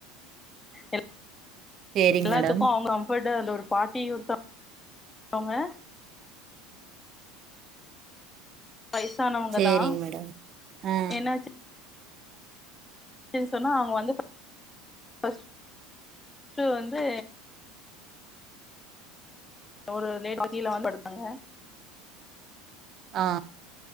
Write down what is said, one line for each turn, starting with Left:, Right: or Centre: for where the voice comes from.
Left: எல்
Right: சேரிங்க
Left: எல்லாத்துக்கு
Right: மேடம்
Left: அவ்ங்க கம்ஃபட்ட அந்த ஒரு பாட்டி ஒருத்த தவ்ங்க <inaudible> வய்சானவுங்கதா
Right: சேரிங்க மேடம் ஆ
Left: என்னாச்சு ன் சொன்னா அவ்ங்க வந்து ஃபஸ் ட்டு வந்து ஒரு லேடி கீழதா படுத்தாங்க
Right: ஆ